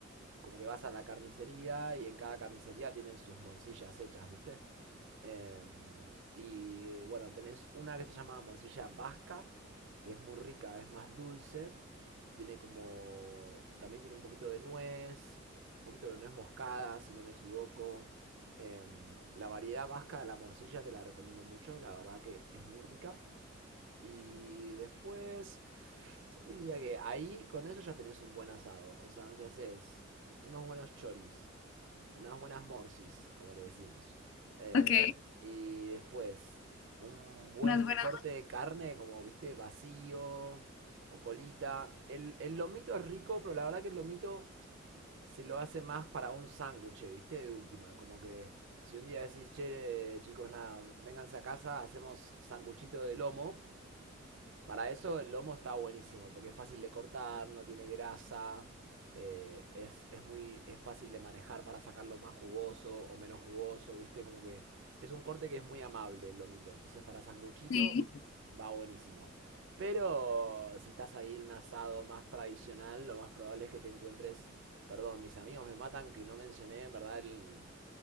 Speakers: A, on the right (about 65°); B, on the left (about 70°).
A: como que vas a la carnicería y en cada carnicería tienen sus morcillas hechas, ¿viste? Eh, y bueno, tenés una que se llama morcilla vasca, que es muy rica, es más dulce, tiene como, también tiene un poquito de nuez, un poquito de nuez moscada, si no me equivoco. Eh, la variedad vasca de la morcilla te la recomiendo mucho, la verdad que es muy rica. Y después, yo te diría que ahí con eso ya tenés un buen asado. O sea, si haces unos buenos choris, unas buenas morsis, como le decimos. eh,
B: ¿ok?
A: y después un buen
B: Unas buenas,
A: corte de carne, como viste, vacío o colita. El, el lomito es rico, pero la verdad que el lomito se lo hace más para un sándwich, ¿viste? De última, como que si un día decís, che, chicos, nada, vénganse a casa, hacemos sanguchito de lomo, para eso el lomo está buenísimo, porque es fácil de cortar, no tiene grasa, eh, es, es muy, es fácil de manejar para sacarlo más jugoso o menos jugoso, ¿viste? Como que es un corte que es muy amable el lomito. Entonces para sanguchito
B: sí,
A: va buenísimo. Pero si estás ahí en un asado más tradicional, lo más probable es que te encuentres... Perdón, mis amigos me matan que no mencioné en verdad el